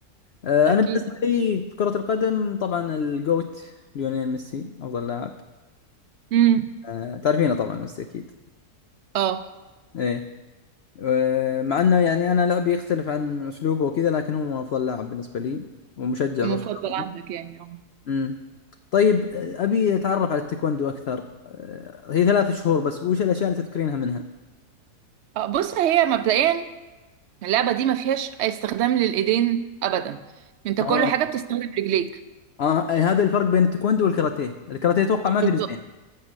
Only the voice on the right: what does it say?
اكيد
امم
اه
مفضل
عندك يعني اه
آه، بص هي مبدئيا اللعبة دي ما فيهاش استخدام للإيدين أبدا أنت
كل حاجة بتستخدم رجليك
بالظبط